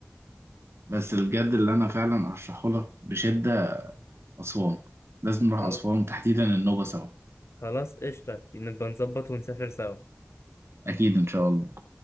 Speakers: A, on the right; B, on the left.
A: بس الجد اللي أنا فعلا أرشحهولك بشدة أسوان لازم نروح
B: خل-
A: أسوان تحديدا النوبة سوا
B: خلاص قشطه نبقى نظبط ونسافر سوا
A: أكيد إن شاء الله